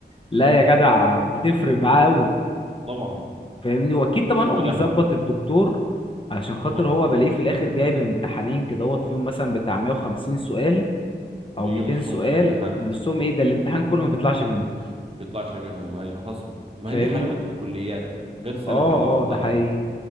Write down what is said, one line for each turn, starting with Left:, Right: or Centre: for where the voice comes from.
Left: لا
Right: امم
Left: يا جدع بتفرق معاه قوي
Right: طبعا
Left: فاهمني واكيد
Right: بيكسبوا
Left: طبعا هو بيظبط
Right: ذهب
Left: الدكتور علشان خاطر
Right: طبعا
Left: هو بلاقيه في الاخر جايب امتحانين كدهوت فيهم مثلا بتاع 150 سؤال او
Right: بيجوا
Left: 200
Right: نصهم
Left: سؤال
Right: في الامتحان مثلا
Left: نصهم ايه ده الامتحان كله ما بيطلعش منهم
Right: بيطلعش منهم ايوه حصل ما
Left: فاهمني
Right: هي دي حلاوة الكليات غير ثانوي
Left: اه
Right: المعقدة
Left: اه ده حقيقي